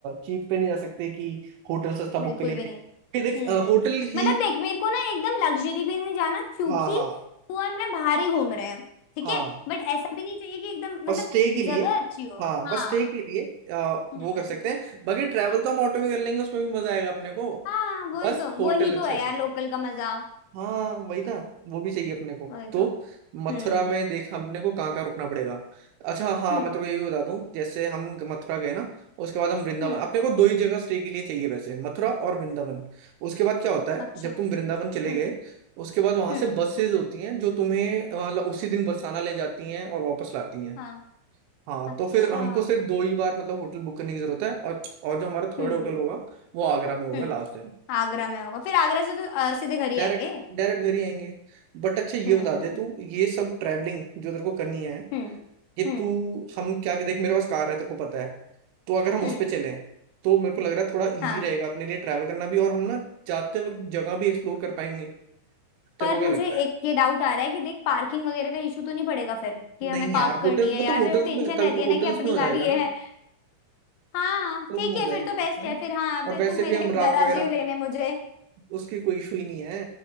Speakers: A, on the right; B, on the left.
A: चीप पे नहीं जा सकते कि होटल सस्ता बुक
B: बिल्कुल
A: के लिए
B: भी नहीं
A: फिर देख
B: हम्म
A: होटल ही
B: मतलब देख मेरे को ना एकदम लग्जरी भी नहीं जाना क्योंकि
A: हाँ हाँ
B: तू और मैं बाहर ही घूम रहे हैं ठीक
A: हाँ
B: है बट ऐसा भी नहीं चाहिए कि एकदम मतलब
A: बस स्टे के लिए
B: जगह अच्छी हो
A: हाँ
B: हाँ
A: बस स्टे के लिए अ,
B: हम्म
A: वो कर सकते हैं बाकी ट्रैवल तो हम ऑटो में कर लेंगे उसमें भी मजा आएगा अपने को
B: हाँ वही
A: बस
B: तो
A: होटल
B: वही तो
A: अच्छा
B: है
A: चाहिए
B: यार लोकल का मजा
A: हाँ वही ना वो भी चाहिए अपने को
B: वही
A: तो
B: तो
A: मथुरा
B: हम्म
A: में देख अपने को कहाँ कहाँ रुकना पड़ेगा अच्छा हाँ
B: हम्म
A: मैं तेरे को ये भी बता दूं जैसे हम मथुरा गए ना उसके बाद हम वृंदावन
B: हम्म
A: अपने को दो ही जगह स्टे के लिए चाहिए वैसे मथुरा और वृंदावन उसके बाद क्या होता है
B: अच्छा
A: जब तुम वृंदावन चले
B: हम्म
A: गए उसके बाद वहां
B: हम्म
A: से बसेज होती हैं जो तुम्हें अ, मतलब उसी दिन बरसाना ले जाती हैं और वापस लाती हैं
B: हाँ
A: हाँ
B: अच्छा
A: तो फिर हमको सिर्फ दो ही बार मतलब होटल बुक करने की जरूरत है और और जो हमारा थर्ड
B: हम्म
A: होटल होगा वो आगरा में होगा
B: हम्म
A: लास्ट दिन
B: आगरा में होगा फिर आगरा से तो अ, सीधे घर ही
A: डायरेक्ट
B: आएंगे
A: डायरेक्ट घर ही आएंगे बट अच्छा ये
B: हम्म
A: बता दे तू ये सब ट्रैवलिंग जो तेरे को करनी है
B: हम्म
A: ये
B: हम्म
A: तू हम क्या देख मेरे पास कार है तेरे को पता है तो अगर हम
B: हम्म
A: उस पे चले तो मेरे को लग रहा है थोड़ा इजी
B: हाँ
A: रहेगा अपने लिए ट्रैवल करना भी और हम ना जाते वक्त जगह भी एक्सप्लोर कर पाएंगे तेरे
B: पर
A: को
B: मुझे
A: क्या लगता है
B: एक ये डाउट आ रहा है कि देख पार्किंग वगैरह का इशू तो नहीं पड़ेगा फिर कि हमें
A: नहीं
B: पार्क
A: यार
B: करनी
A: होटल
B: है
A: वो
B: यार
A: तो होटल्स
B: फिर वो टेंशन
A: में तभी
B: रहती है ना
A: होटल्स
B: कि अपनी
A: में हो
B: गाड़ी
A: जाएगा
B: ये
A: ना
B: है हाँ
A: होटल्स
B: ठीक
A: में हो
B: है
A: जाएगा
B: फिर तो बेस्ट
A: है
B: है
A: ना
B: फिर हाँ फिर
A: और वैसे
B: तू मेरे
A: भी हम
B: घर
A: रात
B: आ
A: वगैरह
B: जियो
A: में
B: लेने मुझे
A: उसकी कोई इशू ही नहीं है